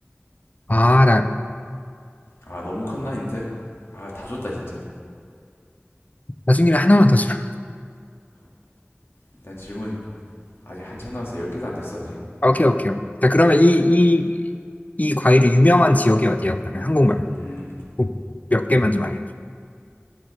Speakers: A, on the left; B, on the left.
A: 아, 나
B: 아, 너무 컸나, 힌트? 아, 다 줬다, 진짜.
A: 나중에 하나만 더 줘. <laughs>
B: 일단 질문. 아직 한참 남왔어 10개도 안 됐어, 아직.
A: 오케이, 오케이, 오케이. 자, 그러면 이, 이, 이 과일이 유명한 지역이 어디야? 그러면 한국말.
B: 음,
A: 뭐몇 개만 좀 알려줘.